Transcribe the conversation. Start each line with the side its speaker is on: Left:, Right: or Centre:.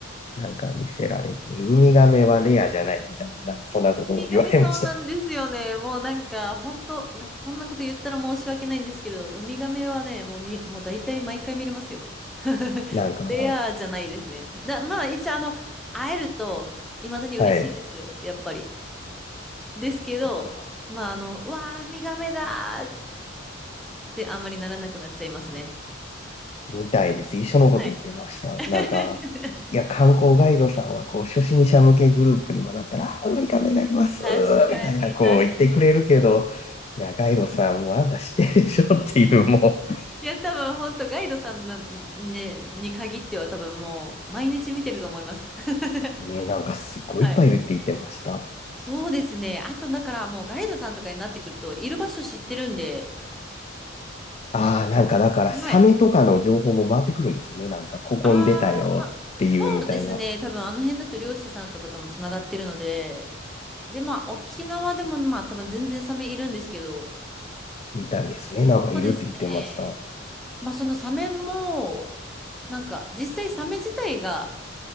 Left: なんか見せられて、ウミガメはレアじゃないみたいな、なんかそんなことも言われました。
Centre: ウミガメそうなんですよね。もうなんか、本当なんかこんなこと言ったら申し訳ないんですけど、ウミガメはね、もうみ、もう大体毎回見れますよ。<laughs>
Left: <laughs> なんか、
Centre: レアじゃないですね。
Left: な、
Centre: だ、まあ一応あの、会えると、未だに嬉しいですよ。
Left: はい。
Centre: やっぱり。ですけど、
Left: なんか、
Centre: まあ、あの、うわー、ウミガメだーってあんまりならなくなっちゃいますね。
Left: みたいです。一緒のこと言ってました。
Centre: はい。<laughs>
Left: なんか、いや、観光ガイドさんは、こう、初心者向けグループにもだったら、あウミガメがいますみたいな、
Centre: 確かに、
Left: こう言ってくれるけど、
Centre: 確かに。
Left: いや、ガイドさんもあんた知ってるでしょっていう、も
Centre: いや、多分、本当ガイドさんな、ね、に限っては多分もう、毎日見てると思います。<laughs>
Left: う、ね、なんかすっごいいっぱいいるって言ってました。
Centre: はい。<laughs> そうですね。あと、だからもう、ガイドさんとかになってくると、いる場所知ってるんで、
Left: ああ、なんかだから、サメとかの情報も回ってくるんですよね。
Centre: はい。
Left: なんか、ここに出たよっていうみたいな。
Centre: ああ、そうですね。多分、あの辺だと漁師さんとかともつながってるので、で、まあ、沖縄でも、まあ、多分全然サメいるんですけど、
Left: みたいですね。なんかいるって言ってました。
Centre: そうですね。まあそのサメも、なんか実際サメ自体が、